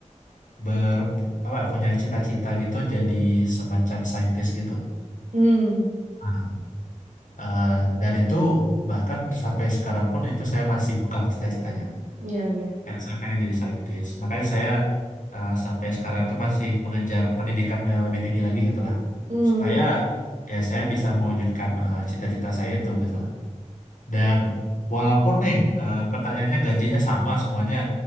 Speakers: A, on the left; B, on the right.
A: ber apa punya cita-cita gitu jadi semacam saintis gitu.
B: hmm
A: Ah, Eh, dan itu bahkan sampai sekarang pun itu saya masih pegang cita-citanya.
B: iya iya
A: Kayak saya pengen jadi saintis. Makanya saya eh, sampai sekarang itu masih mengejar pendidikan yang lebih tinggi lagi gitu lah.
B: hmm
A: Supaya ya saya bisa mewujudkan eh, cita-cita saya itu gitu lah. Dan walaupun nih eh, pertanyaannya gajinya sama semuanya.